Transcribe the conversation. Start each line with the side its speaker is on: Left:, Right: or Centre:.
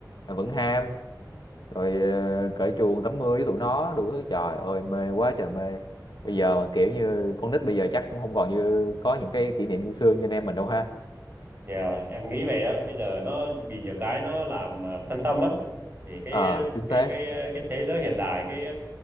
Left: mà vẫn ham rồi ờ, cởi chuồng tắm mưa với tụi nó đủ thứ trời ơi mê quá trời mê bây giờ mà kiểu như con nít bây giờ chắc cũng không còn như có những cái kỷ niệm như xưa như anh em mình đâu ha
Right: dạ em nghĩ vậy đó bây giờ nó bị nhiều cái nó làm à, phân tâm á thì cái
Left: ờ chính
Right: cái
Left: xác
Right: cái cái thế giới hiện đại cái